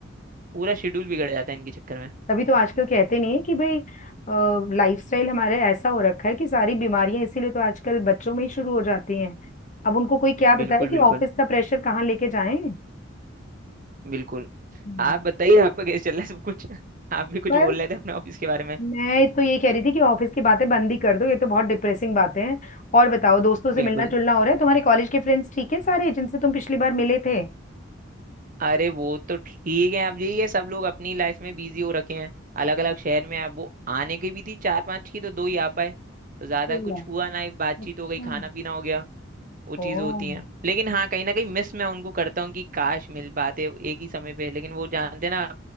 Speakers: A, on the right; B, on the left.
A: पूरा शेड्यूल बिगड़ जाता है इनके चक्कर में
B: तभी तो आजकल कहते नहीं है कि भाई लाइफस्टाइल हमारे ऐसा हो रखा है कि सारी बीमारियां इसीलिए तो आजकल बच्चों में ही शुरू हो जाती हैं अब उनको कोई क्या
A: बिल्कुल
B: बताए कि
A: बिल्कुल
B: ऑफिस का प्रेशर कहाँ लेके जाएं
A: बिल्कुल
B: हम्म
A: आप बताइए आपका कैसे चल रहा है सब कुछ <laughs> आप भी कुछ
B: बस
A: बोल रहे थे अपने ऑफिस के बारे में
B: मैं तो ये कह रही थी कि ऑफिस की बातें बंद ही कर दो ये तो बहुत डिप्रेसिंग बातें हैं और बताओ दोस्तों से
A: बिल्कुल
B: मिलना जुलना हो रहा है तुम्हारे कॉलेज के फ्रेंड्स ठीक है सारे जिनसे तुम पिछली बार मिले थे
A: अरे वो तो ठीक है अब यही है सब लोग अपनी लाइफ में बिजी हो रखे हैं अलग अलग शहर में अब वो आने की भी थी चार पांच की तो दो ही आ पाए तो ज्यादा
B: बोला
A: कुछ हुआ ना बातचीत
B: अच्छा
A: हो गई खाना पीना हो गया वो
B: ओह
A: चीज होती है लेकिन हाँ कहीं ना कहीं मिस मैं उनको करता हूँ कि काश मिल पाते एक ही समय पे लेकिन वो जानते हैं ना